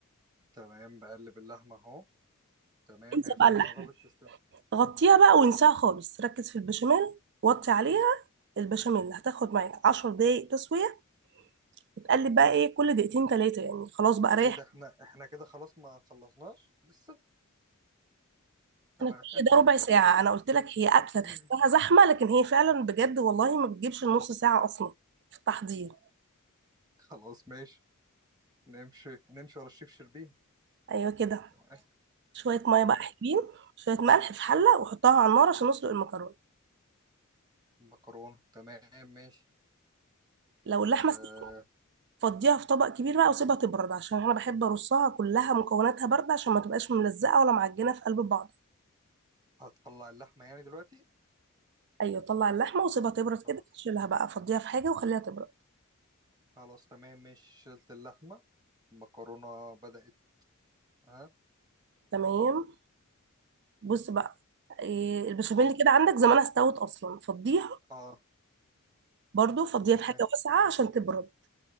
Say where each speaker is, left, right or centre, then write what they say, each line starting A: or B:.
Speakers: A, on the right; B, on the right.
A: تمام بقلب اللحمة اهو تمام
B: انسى
A: هي فعلا
B: بقى اللحمة
A: قربت تستوي
B: غطيها بقى وانساها خالص ركز في البشاميل وطي عليها البشاميل هتاخد معاك 10 دقايق تسوية تقلب بقى ايه كل دقيقتين تلاتة يعني خلاص بقى ريح
A: ايه ده احنا احنا كده خلاص ما خلصناش لسه تمام
B: انا كل ده ربع ساعة انا قلت لك هي اكلة تحسها
A: <laughs>
B: زحمة لكن هي فعلا بجد والله ما بتجيبش النص ساعة اصلا في التحضير
A: خلاص ماشي نمشي نمشي ورا الشيف شربين
B: ايوه كده
A: تمام
B: شوية مية
A: تمام
B: بقى حلوين شوية ملح في حلة وحطها على النار عشان نسلق المكرونة
A: مكرونة تمام ماشي
B: لو اللحمة
A: أه
B: استوت فضيها في طبق كبير بقى وسيبها تبرد عشان انا بحب ارصها كلها مكوناتها باردة عشان ما تبقاش ملزقة ولا معجنة في قلب بعض
A: هتطلع اللحمة يعني دلوقتي
B: ايوه طلع اللحمة وسيبها تبرد
A: خلاص
B: كده شيلها بقى فضيها في حاجة وخليها تبرد
A: خلاص تمام ماشي شلت اللحمة المكرونة بدأت ها
B: تمام بص بقى إيه، البشاميل
A: تمام
B: كده عندك زمانها استوت اصلا فضيها
A: اه
B: برضو فضيها
A: تمام
B: في حاجة واسعة عشان تبرد